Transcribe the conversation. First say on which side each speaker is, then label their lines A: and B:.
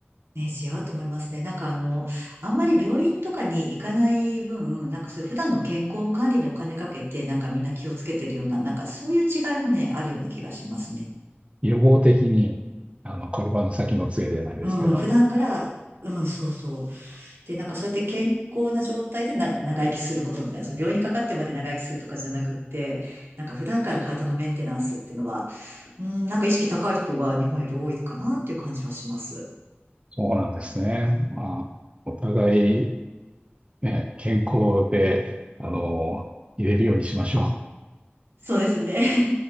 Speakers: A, on the right (about 80°); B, on the right (about 30°).
A: ね、違うと思いますね。なんかあの、あんまり病院とかに行かない分、なんかそういう普段の健康管理にお金かけて、なんかみんな気をつけてるような、なんかそういう違いもね、あるような気がしますね。
B: 予防的に、あの、転ばぬ先の杖じゃないですけど、
A: うん、普段から、うん、そうそう。で、なんかそうやって健康な状態でな長生きすることみたいな、その病院にかかってまで長生きするとかじゃなくって、なんか普段から体のメンテナンスっていうのは、うん、なんか意識高い人が日本より多いかなっていう感じはします。
B: そうなんですね。まあ、お互い、ね、健康で、あの、入れるようにしましょう。
A: そうですね。